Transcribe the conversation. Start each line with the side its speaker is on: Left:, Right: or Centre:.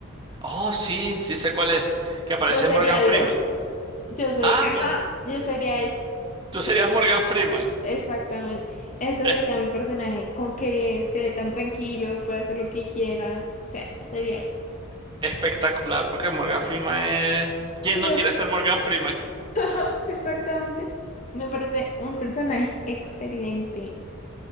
Right: Oh, sí, sí sé cuál es, que aparece
Left: Yo sería
Right: Morgan
Left: Dios.
Right: Freeman.
Left: Yo sería...
Right: Ah, bueno,
Left: Ajá, yo sería él.
Right: tú serías Morgan Freeman.
Left: Exactamente. Ese
Right: <laughs>
Left: sería mi personaje, como que se ve tan tranquilo, puede hacer lo que quiera. O sea, sería
Right: Espectacular, porque Morgan Freeman es... ¿Quién
Left: Dios.
Right: no quiere ser Morgan Freeman?
Left: <laughs> Exactamente. Me parece un personaje excelente.